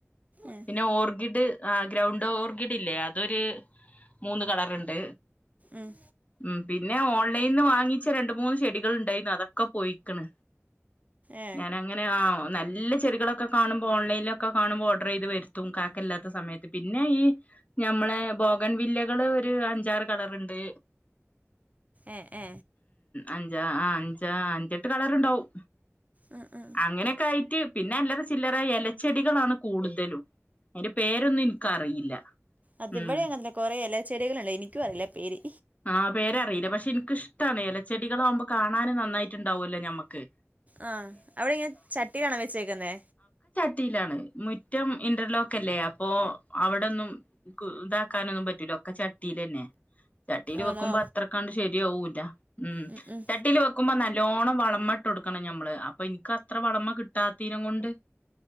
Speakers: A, on the right; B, on the left.
A: ആ
B: പിന്നെ ഓർക്കിഡ് ആ ഗ്രൗണ്ട് ഓർക്കിഡ് ഇല്ലേ അതൊരു. മൂന്ന് കളർ ഉണ്ട്
A: ഉം
B: ഉ പിന്നെ ഓൾ. നല്ലന്ന് വാങ്ങിച്ച രണ്ട് മൂന്ന് ചെടികൾ ഉണ്ടായിരുന്നു അതൊക്കെ പോയിക്കണ്.
A: ഏ
B: ഞാന അങ്ങനെയ ആ. നല്ല ചെടികളൊക്കെ കാണുമ്പോൾ ഓൺലൈനിലൊക്കെ കാണുമ്പോൾ ഓർഡർ ചെയ്ത് വരുത്തും കാക്കല്ലാത്ത സമയത്ത് പിന്നെ ഈ. ഞമ്മളെ ബോഗൻ വില്ലകള് ഒരു അഞ്ചാറ് കളർുണ്ട്.
A: എഏ.
B: അഞ്ച ആ അഞ്ച അഞ്ചെട്ട് കളർ ഉണ്ടാവും.
A: ഉം ഉം
B: അങ്ങനെയൊക്കെ ആയിട്ട് പിന്നെ അല്ലറ ചില്ലറ ഇലച്ചെടികളാണ് കൂടുതലും. അതിന്റെ പേരൊന്നും എനിക്കറിയില്ല.
A: അത്
B: ഉം
A: ഇവിടെ അങ്ങനെ കൊറെ എല ചെടികളുണ്ട്എനിക്കും അറിയില്ല പേര്.
B: ആ പേരറിയില്ല പക്ഷെ എനിക്കിഷ്ടമാണ് ഇലച്ചെടികളാവവുമ്പോ കാണാനും നന്നായിട്ടുണ്ടാവുമല്ലോ മ്മുക്ക്.
A: ആ അവിടെ ഇങ്ങനെ ചട്ടിലാണോ വെച്ചേക്കുന്നേ.
B: യിലാണ് മുറ്റം ഇന്റർലോക്ക് അല്ലേ അപ്പോ അവിടെന്നും ഇതാക്കാനൊന്നും പറ്റു ലാ. പ ക്കച്ചട്ടിൽ തന്നെ. ചട്ടിയിൽ വെക്കുമ്പോ
A: ആണോ
B: അത്രക്കണ്ട് ശരിയാവൂല്ല ഉ
A: ഉം ഉം
B: ചട്ടില് വെക്കുമ്പോ നല്ലോണം വളമ്മ ട്ടൊട്ക്കണം ഞമ്മള് അപ്പൊ ഇൻക്ക് അത്ര വളമ കിട്ടാത്തീനും കൊണ്ട്.